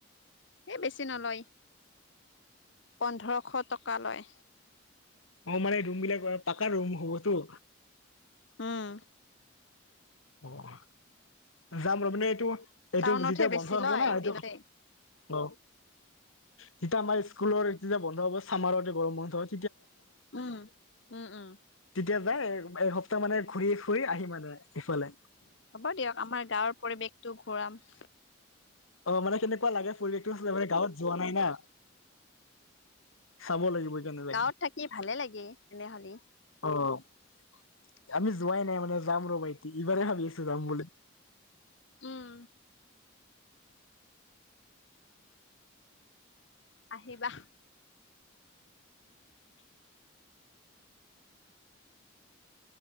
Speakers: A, on the left; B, on the left.
A: এ বেছি নলয়! পোন্ধৰশ টকা লয়।
B: অঁ মানে ৰুম বিলাক পাক ৰুম হ'বতো।
A: উম।
B: অঁ। যাম ৰ মানে এইটো এইটো
A: টাউনতহে
B: যেতিয়া
A: বেছি
B: বন্ধ হ'ব
A: লয়
B: না
A: একদিনতে
B: এইটোৱেই অঁ তেতিয়া আমাৰ স্কুলৰ যেতিয়া বন্ধ হ'ব ছামাৰতে গৰম বন্ধ হয়।
A: উম উম উম।
B: এতিয়া যায় এসপ্তাহ মানে ঘূৰি ফুৰি আহি মানে ইফালে।
A: হ'ব দিয়ক আমাৰ গাঁৱৰ পৰিৱেশটো ঘূৰাম।
B: অ' মানে কেনেকুৱা লাগে পৰিবেশটো <unintelligible> মানে গাঁৱত যোৱা নাই না। চাব লাগিব এতিয়া নেযাই।
A: গাঁৱত থাকি ভালে লাগে তেনেহ'লে
B: অ' আমি যোৱাই নাই যাম ৰ বাইতি ইবাৰে ভাবি আছো যাম বুলি।
A: উম আহিবা।